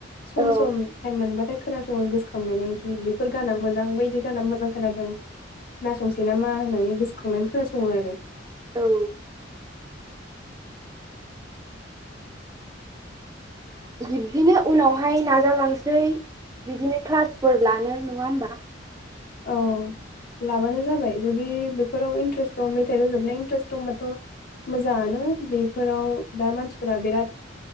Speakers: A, on the left; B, on the right.
A: सम
B: औ
A: सम टाइम मोनबथाय खोनासङो गोसोखांनानै खि बेफोर गाना मोजां बायदि गाना मोजां खोनादों खोनासंसै नामा होननानै गोसोखांनानै खोनासङो आरो।
B: औ बिब्दिनो उनावहाय नाजालांसै बिदिनो क्लासफोर लानो नङा होबा। <inaudible>
A: औ लाबानो जाबाय जुदि बेफोराव इन्ट्रेस्ट दं मेथाइ रोजाबनाय इन्ट्रेस्ट दंबाथ' मोजाङानो बेफोराव दा मानसिफोरा बिराद